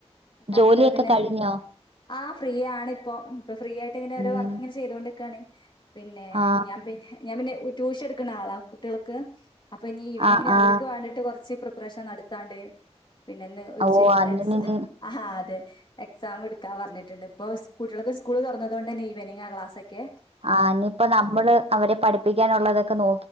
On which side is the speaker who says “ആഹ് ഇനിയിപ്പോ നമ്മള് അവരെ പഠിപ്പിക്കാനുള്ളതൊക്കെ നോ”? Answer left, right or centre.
Right